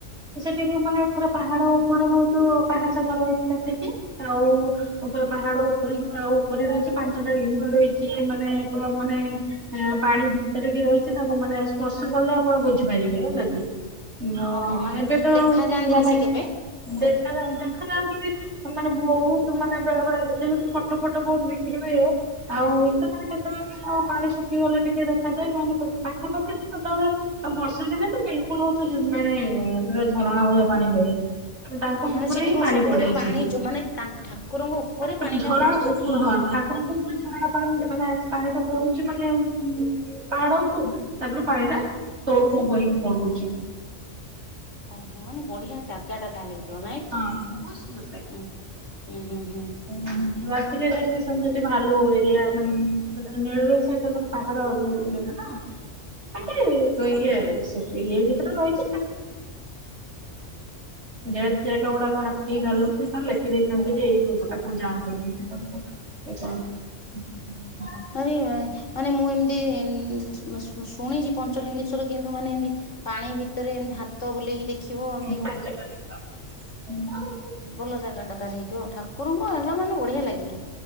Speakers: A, on the right; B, on the left.
A: ସେଠିକି ମାନେ ପୁରା ପାହାଡ ଉପରେ ହଉଚୁ ପାହାଚ ବର ହେଇଛି କା ସେଠି ଆଉ ପୁରା ପାହାଡ ଉପରେ ପୁରା ଉପରେ ରହିଛି ପାଞ୍ଚଟା ଲିଙ୍ଗ ରହିଛି ମାନେ ପୁରା ମାନେ ଆଁ ପାଣି ଭିତରେ କି ରହିଛି ତାକୁ ମାନେ ସ୍ପର୍ଶ କଲେ ଆପଣ ବୁଝିପାରିବେ ହେଲା କି। ନ
B: ଓହୋ ମାନେ
A: ଏବେ ତ
B: ଦେଖା
A: ଆଉ ଶୁଣ
B: ଯାଆନ୍ତିନି
A: ପାଇଁ
B: ସେ କେବେ।
A: ଦେଖାଯାନ୍ତି ଦେଖାଯାନ୍ତି ମାନେ ବହୁତ୍ ମାନେ ବେଳେ ବେଳେଯେ ହେତୁ ଫଟ ଫଟ ଫଟ ବହୁତ୍ ବିକ୍ରି ହୁଏ ଆଉ ସେ କେତେବେଳେ କଣ ପାଣି ଶୁଖିଗଲେ ଟିକେ ଦେଖାଯାଏ ନହେଲେ ପାଖାପାଖି ତ ସତେବେଳେ ଆଉ ବର୍ଷା ଦିନ ତ ଲ ହଉଚୁ ନାଇଁ ନାଇଁ ଝରଣା ଭଳି ପାଣି ବହେ। ତାଙ୍କ
B: ମାନେ
A: ଉପରେ
B: ସେଠି
A: ହିଁ
B: କଣ
A: ପାଣି
B: ସବୁବେଳେ
A: ପଡେ ଆସିକି
B: ପାଣି ଯୋଉ ମାନେ ତାଙ୍କ ଠାକୁରଙ୍କ ଉପରେ
A: ମାନେ
B: ପାଣି ଟା
A: ଝର
B: ପଡୁଛି।
A: ଉପ ହଁ ଥା ଆଣ କଉ ଗୋଟେ ଛଡବା ପାେ ମାନେ ପାଣି ଟା ପଡୁଛି ମାନେ ପାହାଡ ଉପରୁ। ତାପରେ ପାଣି ଟା
B: ହୁଁ
A: ତଳକୁ ବହିକି ପଳଉଚି।
B: ଓହୋ ମାନେ ବଢ଼ିଆ ଜାଗାଟା ତାହେଲେ ହେଇଥିବ ନାଇଁକି
A: ହଁ। ବହୁତ ସୁନ୍ଦର
B: ହୁଁ ହୁଁ ହୁଁ ହୁଁ।
A: ହୁଁ ରାତିରେ ରେଷ୍ଟିସନ୍ ଜଦି ଆଲୁଅ ଏରିଆ ମାନେ ନୀଳ ରତ <unintelligible>
B: <inaudible>
A: ବାକି ଇଏ <unintelligible> ଗେଟ୍ ଗୁଡ଼ାକ ହାତୀ, ଭାଲୁ ସେତାର ଲେଖି ଦେଇଥାନ୍ତିଯେ ଏଇ ପଟକୁ ଯାଆନ୍ତୁନି ଏପଟକୁ <unintelligible>
B: ଏଇଏ ମାନେ ମୁଁ ଏମିତି ଶୁ ଶୁଣିଚି ପଞ୍ଚଲିଙ୍ଗେଶ୍ଵ ଭିତରେ କିନ୍ତୁ ମାନେ ଏମିତି ପାଣି ଭିତରେ ଏମିତି ହାତ ବୁଲେଇକି ଦେଖିବ ଏମି
A: ଉଁ ହୁଁ।
B: ଭଲ ଜାଗାଟା ତାହେଲେ ହେ ଠାକୁରଙ୍କ ଜାଗା ମାନେ ବଢିଆ ଲାଗିବ,